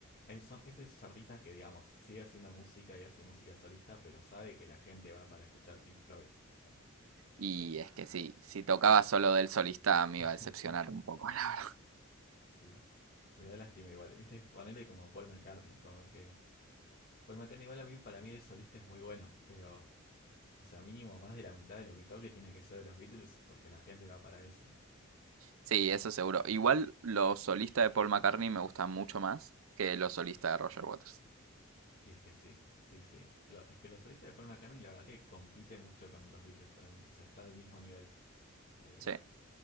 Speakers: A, on the left (about 45°); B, on the right (about 70°).
A: eh, son, es de esos artistas que, digamos, sigue haciendo música y hace música solista, pero sabe que la gente va para escuchar Pink Floyd. O sea,
B: Y es que sí, si tocaba solo del solista me iba a decepcionar
A: <laughs>
B: un poco, <laughs> la verdad.
A: Sí. Me da lástima igual. Viste, ponerle como Paul McCartney, como que. Paul McCartney igual a mí, para mí de solista es muy bueno, pero. O sea, mínimo más de la mitad de lo que toque tiene que ser de los Beatles, porque la gente va para eso.
B: Sí, eso seguro. Igual los solistas de Paul McCartney me gustan mucho más que los solistas de Roger Waters.
A: Y es que sí, sí, sí. Lo- es que los solistas de Paul McCartney la verdad que compite mucho con los Beatles para mí. O sea, está al mismo nivel. Eh,
B: Sí.